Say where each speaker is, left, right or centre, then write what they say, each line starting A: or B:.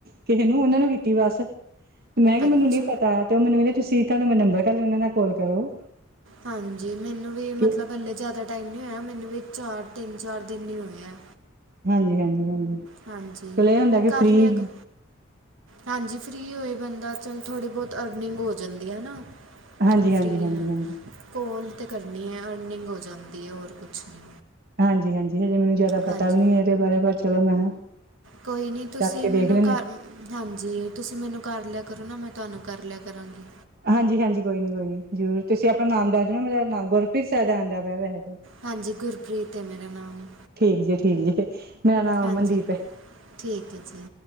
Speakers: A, on the right; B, on the right.
A: ਕਿਸੇ ਨੂੰ ਉਹਨਾਂ ਨੂੰ ਕੀਤੀ ਬਸ ਮੈਂ ਕਿਹਾ
B: ਅੱਛਾ
A: ਮੈਨੂੰ ਨਹੀਂ ਪਤਾ ਤੇ ਉਹ ਮੈਨੂੰ ਕਹਿੰਦੇ ਤੁਸੀਂ ਇਥਾਂ ਮੇਰਾ ਨੰਬਰ ਕਰ ਲ ਉਹਨਾਂ ਨਾਲ ਕਾਲ ਕਰੋ।
B: ਹਾਂਜੀ ਮੈਨੂੰ ਵੀ
A: ਕਿ
B: ਮਤਲਬ ਹੱਲੇ ਜ਼ਿਆਦਾ ਟਾਈਮ ਨਹੀਂ ਹੋਇਆ ਮੈਨੂੰ ਵੀ ਚਾਰ ਤਿੰਨ ਚਾਰ ਦਿਨ ਨਹੀਂ ਹੋਏ ਆ।
A: ਹਾਂਜੀ ਹਾਂਜੀ ਹਾਂਜੀ,
B: ਹਾਂਜੀ
A: ਚਲੋ ਇਹ ਹੁੰਦਾ ਕਿ
B: ਕਰ
A: ਫ੍ਰਰੀ
B: ਲਿਆ ਕੁ ਹਾਂਜੀ ਫ੍ਰਰੀ ਹੋਏ ਬੰਦਾ ਚੱਲ ਥੋੜ੍ਹੀ ਬਹੁਤ ਅਰਨਿੰਗ ਹੋ ਜਾਂਦੀ ਹੈ ਨਾ,
A: ਹਾਂਜੀ ਹਾਂਜੀ
B: ਫੀ
A: ਹਾਂਜੀ ਹਾਂਜੀ
B: ਕੋਲ ਤੇ ਕਰਨੀ ਹੈ, ਅਰਨਿੰਗ ਹੋ ਜਾਂਦੀ ਹੈ ਹੋਰ ਕੁਛ ਨੀ
A: ਹਾਂਜੀ-ਹਾਂਜੀ ਹਜੇ ਮੈਨੂੰ ਪਤਾ
B: ਹਾਂਜੀ
A: ਵੀ ਨੀ ਇਹਦੇ ਬਾਰੇ ਪਰ ਚਲੋ ਮੈਂ
B: ਕੋਈ ਨਹੀਂ ਤੁਸੀਂ
A: ਕਰਕੇ ਦੇਖ
B: ਮੈਨੂੰ
A: ਲੈਂਦੇ।
B: ਕਰ ਹਾਂਜੀ ਤੁਸੀਂ ਮੈਨੂੰ ਕਰ ਲਿਆ ਕਰੋ, ਨਾ ਮੈਂ ਤੁਹਾਨੂੰ ਕਰ ਲਿਆ ਕਰਾਂਗੀ।
A: ਹਾਂਜੀ-ਹਾਂਜੀ ਕੋਈ ਨੀ ਕੋਈ ਨੀ ਜ਼ਰੂਰ ਤੁਸੀਂ ਆਪਣਾ ਨਾਮ ਦੱਸ ਦਿਓ ਮੇਰਾ ਨਾਮ ਗੁਰਪ੍ਰੀਤ ਸਾਹਿਦਾ ਆਂਦਾ ਪਿਆ ਵੈੇ।
B: ਹਾਂਜੀ ਗੁਰਪ੍ਰੀਤ ਹੈ ਮੇਰਾ ਨਾਮ
A: ਠੀਕ ਜੀ ਠੀਕ ਜੀ ਮੇਰਾ ਨਾਮ
B: ਹਾਂਜੀ
A: ਅਮਨਦੀਪ ਹੈ,
B: ਠੀਕ ਹੈ ਜੀ,